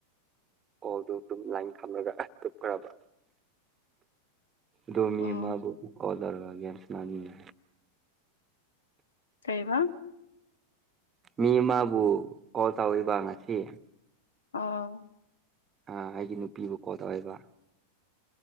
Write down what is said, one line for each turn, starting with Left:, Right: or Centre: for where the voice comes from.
Right: ꯑꯣꯗꯨ ꯑꯗꯨꯝ ꯂꯥꯏꯟ ꯊꯝꯂꯒ ꯇꯞꯈ꯭ꯔꯕ ꯗꯣꯃꯤ
Left: ꯑꯣ
Right: ꯑꯃꯕꯨ ꯑꯣ ꯗꯔꯒꯥꯒꯦꯦꯝꯁꯅꯖꯤꯅꯦ
Left: ꯀꯩꯕ
Right: ꯃꯤ ꯃꯥꯕꯨ ꯀꯣꯜ ꯇꯧꯕ ꯉꯁꯤ
Left: ꯑꯥ
Right: ꯑꯩꯒꯤ ꯅꯨꯄꯤꯕꯨ ꯀꯣꯜ ꯇꯧꯋꯦꯕ